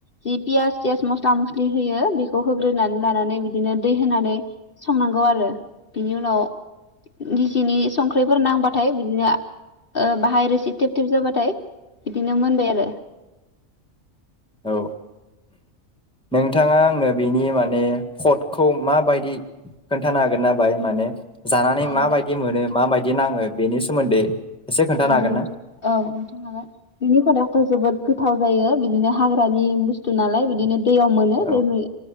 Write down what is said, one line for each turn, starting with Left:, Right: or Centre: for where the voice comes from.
Left: जि पियास थियास मस्ला मस्लि होयो बेखौ होग्रोनानै लानानै बिदिनो दै होनानै संनांगौ आरो बिनि उनाव <unintelligible> सिनि संख्रिफोर नांबाथाय बिदिनो ओ बाहाय रोसि थेब थेब जाबाथाय बिदिनो मोनबाय आरो
Centre: औ नोंथाङा आंनो बेनि माने खटखौ माबायदि खोन्थानो हागोन ना बाय माने जानानै
Left: औ
Centre: माबायदि मोनो माबायदि नाङो बेनि सोमोन्दै एसे खोन्थानो
Left: औ
Centre: हागोन
Left: नोंथां
Centre: ना
Left: औ नोंथां हागोन बिनि खदाथ' जोबोद गोथाव जायो बिदिनो हाग <unintelligible> ग्रानि बुस्थु नालाय बिदिनो दैयाव मोनो
Centre: औ
Left: बे मै